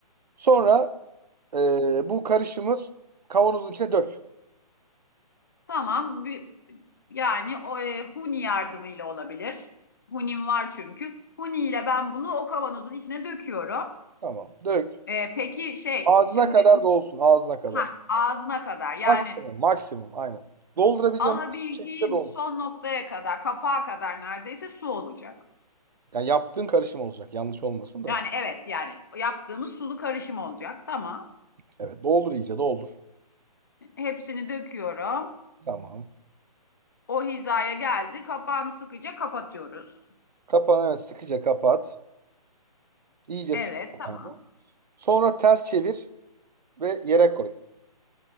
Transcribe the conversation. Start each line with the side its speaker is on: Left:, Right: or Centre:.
Right: Sonra e, bu karışımı kavanozun içine dök.
Left: Tamam. bir- yani o, e, huni yardımıyla olabilir. Hunim var çünkü. Huni ile ben bunu o kavanozun içine döküyorum.
Right: Tamam dök.
Left: E, peki şey
Right: Ağzına
Left: şimdi
Right: kadar dolsun ağzına kadar.
Left: ha ağzına kadar yani
Right: Maksimum maksimum aynen. Doldurabileceğim
Left: alabildiğin
Right: maksimum şekilde doldur.
Left: son noktaya kadar, kapağa kadar neredeyse su olacak.
Right: Yani yaptığın karışım olacak yanlış olmasın da.
Left: Yani evet yani yaptığımız sulu karışım olacak. Tamam.
Right: Evet doldur iyice doldur.
Left: Hepsini döküyorum.
Right: Tamam.
Left: O hizaya geldi. Kapağını sıkıca kapatıyoruz.
Right: Kapan evet sıkıca kapat. İyice
Left: Evet
Right: sık kapağını.
Left: tamam.
Right: Sonra ters çevir. ve yere koy.